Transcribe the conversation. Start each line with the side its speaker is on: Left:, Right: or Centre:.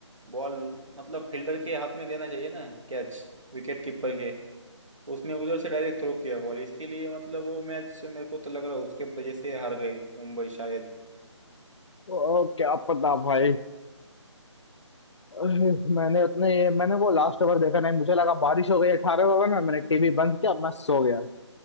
Right: बॉल मतलब फील्डर के हाथ में देना चाहिए ना कैच विकेट कीपर के उसने उधर से डायरेक्ट थ्रो किया बॉल इसके लिए मतलब वो मैच मेरे को तो लग रहा है उसके वजह से हार गई मुंबई शायद
Left: ओ क्या पता भाई अरे, मैंने उतने मैंने वो लास्ट ओवर देखा नहीं मुझे लगा बारिश हो गई अठारह ओवर में मैंने टीवी बंद किया मैं सो गया